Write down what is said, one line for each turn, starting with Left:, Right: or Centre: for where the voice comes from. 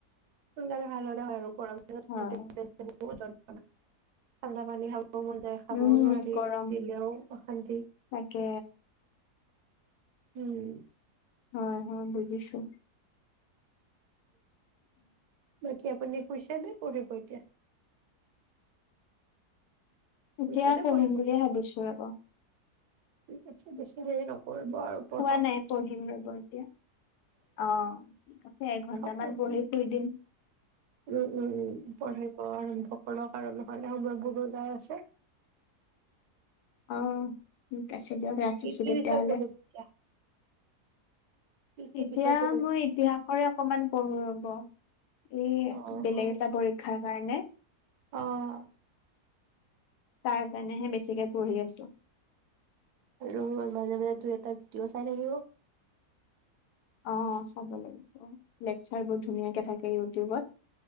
Right: সোনকালে ভাল হ'লে হয় আৰু। <unintelligible>
Left: হয়।
Right: আলামানি <unintelligible> খাব মন যায় খাবঁও
Left: উম
Right: নোৱাৰি
Left: গৰম
Right: দিলেও অশান্তি।
Left: তাকে
Right: উম।
Left: হয় হয় বুজিছোঁ
Right: বাকী আপুনি শুইছে নে পঢ়িব এতিয়া। শুইছে
Left: এতিয়া
Right: নে
Left: পঢ়িম
Right: পঢ়িব
Left: বুলিয়ে ভাবিছোঁ ৰ'ব।
Right: ঠিক আছে বেছি দেৰি নকৰিব। আৰু পঢ়ক
Left: খোৱা নাই পঢ়িম ৰ'ব এতিয়া অ ঠিক আছে এঘন্টামান
Right: পঢ়ক
Left: পঢ়ি শুই দিম।
Right: উম উম উম পঢ়িব আৰম্ভ কৰক। <unintelligible>
Left: অ ঠিক আছে দিয়ক ৰাখিছোঁ
Right: কি কি
Left: তেতিয়া
Right: বিষয়
Left: হ'লে।
Right: পঢ়িব এতিয়া, কি কি
Left: এতিয়া
Right: বিষয় পঢ়িব?
Left: মই ইতিহাসৰে। অকমান পঢ়ো ৰ'ব। এ
Right: অ',
Left: বেলেগ
Right: অ',
Left: এটা পৰীক্ষাৰ কাৰণে।
Right: অ',
Left: তাৰ কাৰণেহে বেছিকে পঢ়ি আছোঁ।
Right: আৰু মাজে মাজে দুই এটা ভিডিঅ' চাই থাকিব।
Left: অ চাব লাগিব অ লেকচাৰ বুৰ ধুনীয়াকে থাকে। ইউটুবত